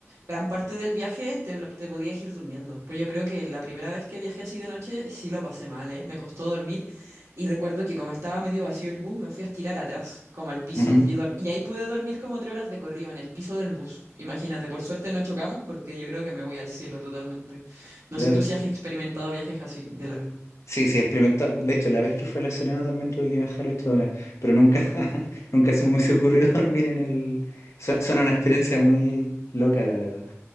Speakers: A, on the right; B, on the left.
A: gran parte del viaje te, lo- te podías ir durmiendo. Pero yo creo que la primera vez que viajé así de noche sí lo pasé mal, ¿eh? Me costó dormir y recuerdo que como estaba medio vacío el bus, me fui a estirar atrás, como al piso.
B: ujú. <laughs>
A: Y, dor- y ahí pude dormir como tres horas de corrido en el piso del bus. Imagínate, por suerte no chocamos porque yo creo que me voy al cielo totalmente. No
B: Claro.
A: sé tú si has experimentado viajes así de largo.
B: Sí, sí, he experimentado. De hecho, la vez que fue a La Serena también tuve que viajar ocho horas, pero nunca, <laughs> nunca se me hubiese ocurrido <laughs> dormir en el... Su- Suena una experiencia muy loca, la verdad.